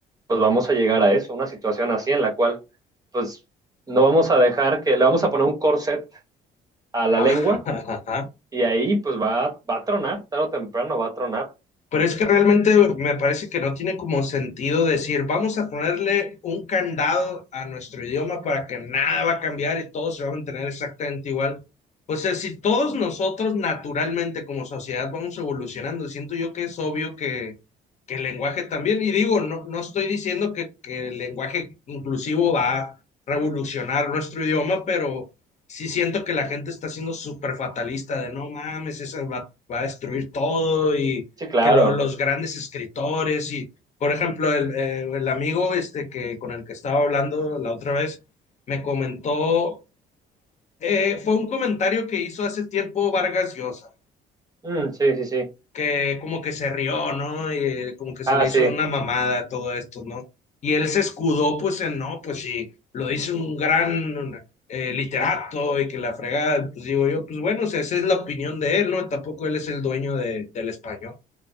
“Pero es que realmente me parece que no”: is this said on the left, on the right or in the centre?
Left